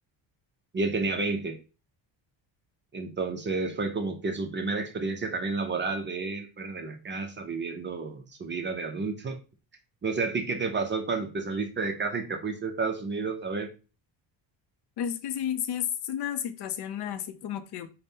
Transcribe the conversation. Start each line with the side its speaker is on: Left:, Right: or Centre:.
Right: y él tenía 20. Entonces fue como que su primera experiencia también laboral de él, fuera de la casa, viviendo su vida de adulto. <laughs> No sé a ti qué te pasó cuando te saliste de casa y te fuiste a Estados Unidos a ver
Left: Pues es que sí, sí es una situación así como que